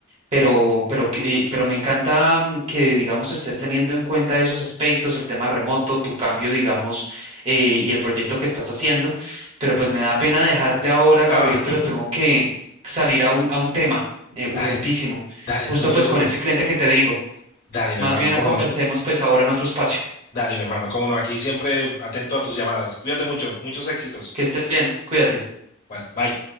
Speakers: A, on the right; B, on the left.
A: Pero, pero, que- eh, pero me encanta mm, que, digamos, estés teniendo en cuenta esos aspectos, el tema remoto, tu cambio, digamos, eh, y el proyecto que estás haciendo. Pero pues me da pena dejarte ahora, Gabriel,
B: Ah.
A: pero tengo que salir a un, a un tema eh, urgentísimo,
B: Dale, dale,
A: justo
B: no te
A: pues
B: preocupes.
A: con este cliente que te digo.
B: Dale, mi
A: Más
B: hermano,
A: bien
B: cómo
A: conversemos
B: no.
A: pues ahora en otro espacio.
B: Dale, mi hermano, cómo no. Aquí siempre atento a tus llamadas. Cuídate mucho, muchos éxitos.
A: Que estés bien, cuídate.
B: Vale, bye.